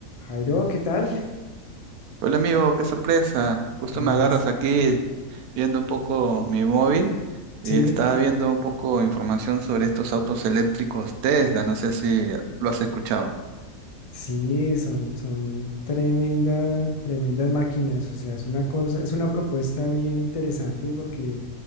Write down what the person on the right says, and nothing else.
Hola amigo, qué sorpresa. Justo
me agarras
aquí viendo un poco mi móvil y
estaba viendo un poco información sobre estos autos eléctricos Tesla. No sé si lo has escuchado.